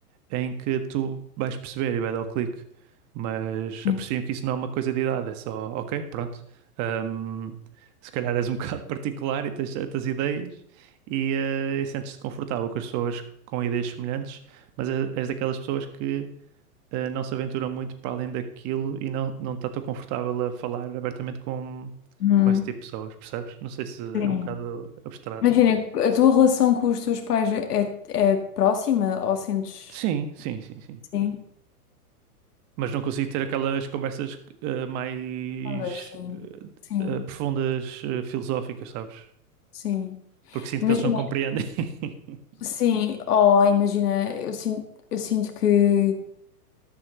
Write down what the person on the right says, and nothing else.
em que tu vais perceber e vai dar o clique. Mas
aprecio que isso não é uma coisa de idade, é só, ok, pronto. hum, se calhar és um <laughs> bocado particular e tens certas ideias e, eh, e sentes-te confortável com as pessoas com ideias semelhantes, mas é- és daquelas pessoas que eh, não se aventura muito para além daquilo e não, não está tão confortável a falar abertamente com,
com esse tipo de pessoas, percebes? Não sei se
é um bocado abstrato,
mas.
Sim, sim, sim, sim.
Mas não consigo ter aquelas conversas eh, mais
eh, profundas, eh, filosóficas, sabes?
Porque sinto
que eles não compreendem. <laughs>